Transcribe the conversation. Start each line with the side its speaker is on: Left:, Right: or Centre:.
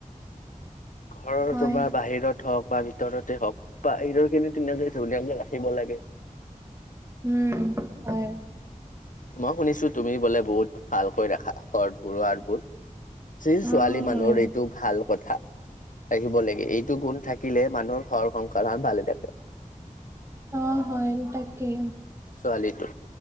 Left: ঘৰৰ
Right: হয়,
Left: জাবৰা বাহিৰত হওক বা ভিতৰতে হওক বা এইবোৰখিনি ধুনীয়া-ধুনীয়াকে ৰাখিব লাগে।
Right: উম হয়
Left: মই শুনিছো তুমি বোলে বহুত ভালকৈ ৰাখা ঘৰ দুৱাৰবোৰ। ছোৱালী
Right: অ',
Left: মানুহৰ
Right: হয়,
Left: এইটো ভাল কথা। থাকিব লাগে এইটো গুণ থাকিলে মানুহৰ ঘৰ সংসাৰখন ভালে থাকে।
Right: অ হয় এ তাকে।
Left: ছোৱালীটো